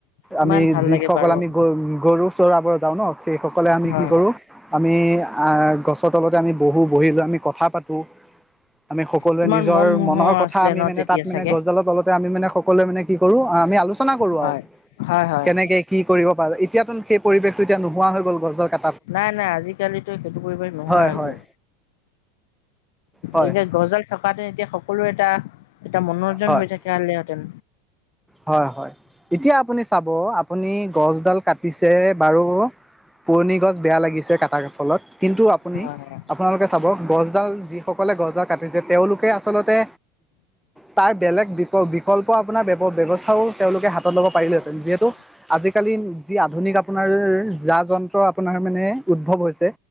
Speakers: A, on the left; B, in the centre.
A: কিমান
B: আমি
A: ভাল
B: যিসকল
A: লাগে বাৰু
B: আমি
A: হয়
B: গ গৰু চৰাবোৰ যাওঁ ন সেই সকলে আমি
A: হয়
B: কি কৰো আমি আহ গছৰ তলতে আমি বহো বহি লৈ আমি কথা পাতো আমি সকলোৱে
A: কিমান
B: নিজৰ
A: মন মোহৰ
B: মনৰ কথা
A: আছিলে
B: আমি
A: ন
B: মানে
A: তেতিয়া
B: তাত মানে
A: চাগে
B: গছডালৰ তলতে আমি মানে সকলোৱে মানে কি কৰো আমি আলোচনা কৰো
A: হয়
B: আৰু,
A: হয় হয়
B: কেনেকে কি কৰিব পাৰোঁ এতিয়া চুন সেই পৰিৱেশটো এতিয়া নোৱা হৈ গল গছৰ ডাল কা
A: নাই নাই আজিকালিতো সেইটো পৰিবেশ নহয়
B: হয়
A: আৰু,
B: হয় হয়
A: এ গছ ডাল থকাহেতেন এতিয়া সকলোৰে এটা এটা মনোৰঞ্জন
B: হয়
A: হৈ থাকা হ'লে হেঁতেন।
B: হয় হয় এতিয়া আপুনি চাব আপুনি গছডাল কাটিছে বাৰু পুৰণি গছ বেয়া লাগিছে কাটাৰ ফলত কিন্তু আপুনি
A: হয়
B: আপোনালোকে চাব গছডাল যিসকল গছডাল কাটিছে তেওঁলোকে আচলতে তাৰ বেলেগ বিকল বিকল্প আপোনাৰ ব্যৱস্থাও তেওঁলোকে হাতত ল'ব পাৰিলেহেতেন যিহেতু আজিকালি যি আপুনি আপোনাৰ যা যন্ত্ৰ আপোনাৰ মানে উদ্ভৱ হৈছে